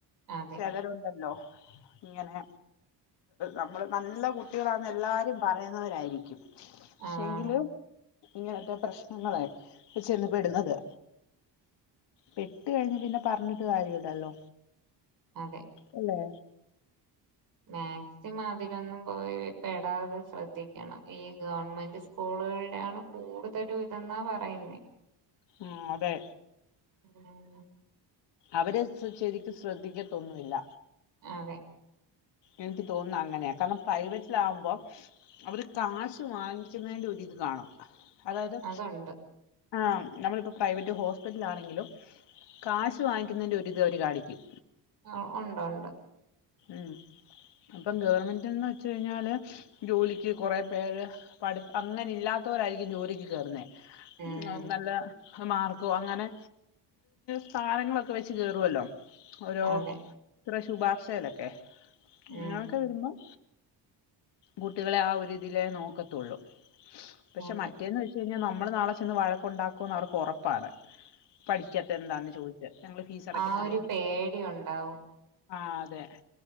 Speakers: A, on the right; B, on the left.
A: അതെ
B: ചിലരുണ്ടല്ലോ. ഇങ്ങനെ നമ്മള് നല്ല കുട്ടികളാന്ന് എല്ലാരും പറയുന്നവരായിരിക്കും. പക്ഷെ
A: അതാണ്
B: ങ്കിലും ഇങ്ങനത്തെ പ്രശ്നങ്ങളെ ചെന്ന് പെടുന്നത്. പെട്ട് കഴിഞ്ഞ പിന്നെ പറഞ്ഞിട്ട് കാര്യ ഇല്ലല്ലോ.
A: അതെ
B: അല്ലേ?
A: മാക്സിമം അതിലൊന്നും. പോയ്‌ പെടാതെ ശ്രദ്ധിക്കണം ഈ ഗവൺമെന്റ് സ്കൂളുകളിലാണ് കൂടുതലും ഇതെന്നാ പറയുന്നേ.
B: ഉം അതെ.
A: ഉം
B: അവര് ശരിക്കും ശ്രദ്ധിക്കത്തൊന്നുല്ല.
A: അതെ
B: എനിക്ക് തോന്നുന്നു അങ്ങനെയാണ് കാരണം പ്രൈവറ്റിലാകുമ്പോ. അവര് കാശ് വാങ്ങിക്കുന്നതിന്റെ ഒരിത് കാണും അതായത്.
A: അതുണ്ട്
B: ആഹ് നമ്മളിപ്പോ പ്രൈവറ്റ് ഹോസ്പിറ്റല് ആണെങ്കിലും. കാശ് വാങ്ങിക്കുന്നതിൻ്റെ ഒരിത് അവര് കാണിക്കും.
A: ആ ഒണ്ട് ഒണ്ട്.
B: ഉം അപ്പം ഗവർമെന്റ്ന്ന് വെച്ച് കഴിഞ്ഞാല്. ജോലിക്ക് കുറ പേര് പഠി അങ്ങനെ ഇല്ലാത്തവരായിരിക്കും ജോലിക്ക് കയറുന്നേ.
A: ഉം
B: നല്ല മാർക്കോ അങ്ങനെ സ്ഥാനങ്ങളൊക്കെ വെച്ച് കേറുവല്ലോ. ഓരോ
A: അതെ
B: ഇത്ര ശുപാർശയിലൊക്കെ പിന്നെ
A: ഉം
B: ഒക്കെ വരുമ്പം കുട്ടികളെ ആ ഒരുതില നോക്കത്തുള്ളൂ. പക്ഷെ
A: അതെ
B: മറ്റേെന്ന് വെച്ച് കഴിഞ്ഞാൽ നമ്മള് നാളെ ചെന്ന് വഴക്കുണ്ടാക്കും എന്ന് അവർക്ക് ഉറപ്പാണ്. പഠിക്കാത്ത എന്താന്ന് ചോദിച് ഞങ്ങള് ഫീസ് അടക്കുന്നല്ലേ
A: ആ ഒരു പേടി ഉണ്ടാവും
B: ആ അതെ.